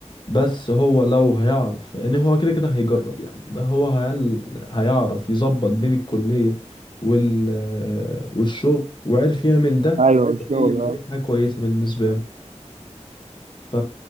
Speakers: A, on the left; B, on the right.
A: بس هو لو هيعرف يعني هو كده كده هيجرب يعني ما هو هيل... هيعرف يظبط بين الكلية وال... والشغل وعرف يعمل ده
B: ايوه الشغل
A: فدي فدي
B: اه
A: حاجة كويسة بالنسبة له ف